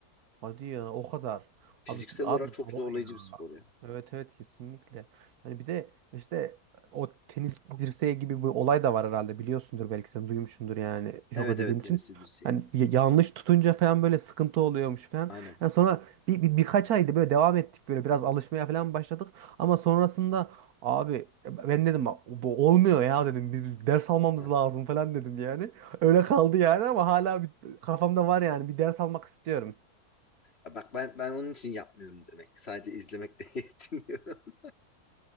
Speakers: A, on the right; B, on the left.
A: Hadi ya o kadar.
B: Fiziksel
A: Abi abi
B: olarak çok
A: doğru
B: zorlayıcı
A: ya.
B: bir spor ya.
A: Evet evet kesinlikle. Yani bir de işte o tenis dirseği gibi bir olay da var herhalde biliyorsundur belki sen duymuşsundur yani
B: Evet
A: çok izlediğin
B: evet
A: için.
B: tenisidir şey.
A: Yani y- yanlış tutunca falan böyle sıkıntı oluyormuş falan.
B: Aynen.
A: Yani sonra bir, bir- birkaç ayda böyle devam ettik böyle biraz alışmaya falan başladık. Ama sonrasında abi ben dedim "Bak, bu olmuyor ya dedim bir ders almamız
B: Aynen.
A: lazım falan dedim yani. Öyle kaldı yani ama hala bir, kafamda var yani bir ders almak istiyorum.
B: Ya bak ben ben onun için yapmıyorum demek. Sadece izlemekle <laughs> yetiniyorum.